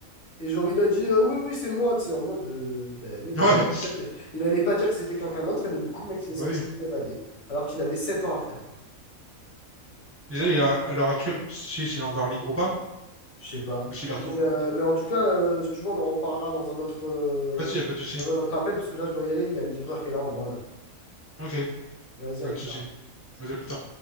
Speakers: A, on the left; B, on the right.
A: Et genre, il a dit Ah oui, oui, c'est moi, tu sais, en mode, euh, ben oui,
B: Ouais,
A: il allait dire que, il allait pas dire que c'était quelqu'un d'autre, et du coup, le mec, il
B: bah
A: est sorti
B: oui.
A: évadé, alors qu'il avait 7 ans à faire.
B: Déjà, il a- à l'heure actuelle, si sais s'il est encore libre ou pas,
A: Je sais pas.
B: ou s'il est retourné.
A: Mais, euh, mais en tout cas, euh, si tu veux, on en reparlera dans un autre, euh,
B: Vas-y, y a pas de souci.
A: dans un autre appel, parce que là, je dois y aller, il y a le livreur qui est là en bas, là.
B: Ok,
A: Vas-y,
B: pas
A: à plus
B: de souci.
A: tard.
B: Vas-y, à plus tard.